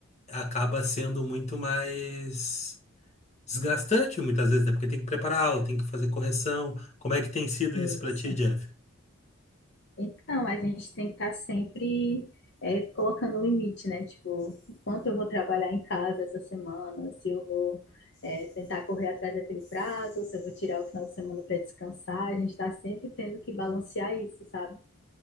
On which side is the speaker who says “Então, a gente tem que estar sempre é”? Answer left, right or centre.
Left